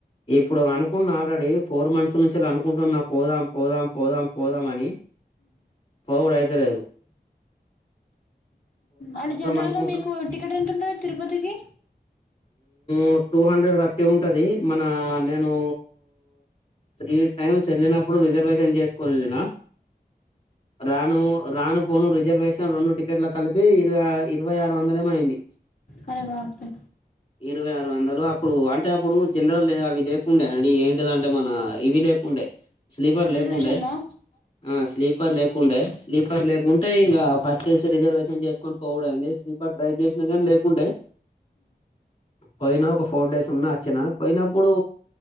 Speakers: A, on the left; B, on the left.
A: ఇప్పుడు అనుకున్న ఆల్రెడీ ఫోర్ మంత్స్ నుంచి అనుకుంటున్నా. పోదాం పోదాం పోదాం పోదామ అని. పోవుడు అయితే లేదు
B: అంటే జన్రల్
A: అనుకుంటున్నా
B: గా మీకు టికెట్ ఎంత ఉంటది తిరుపతికి
A: మ్ టూ హండ్రెడ్ థర్టీ ఉంటది మన నేనూ త్రీ టైమ్స్ వెళ్ళినప్పుడు రిజర్వేషన్ చేసుకొని వెళ్ళిన రాను రాను పోను రిజర్వేషన్ రెండు టికెట్లు కలిపి ఇర ఇరవై ఆరు వందలేమో అయింది.
B: అరే బాపురే
A: ఇరవై ఆరు వందలు అప్పుడు అంటే అప్పుడు జన్రల్ అవి లేకుండే అండి ఏంటిదంటే మన ఇవి లే కు ఉండే స్లీపర్ లేకుండే
B: రిజర్వేషన్ లో
A: ఆ స్లీపర్ లేకుండే స్లీపర్ లేకుంటే ఇంకా ఫస్ట్ చేసి రిజర్వేషన్ చేసుకొని పోవడంది స్లీపర్ ట్రై చేసినా కానీ లేకుంటే పోయినా ఒక ఫోర్ డేస్ ఉన్నా వచ్చిన పోయినప్పుడు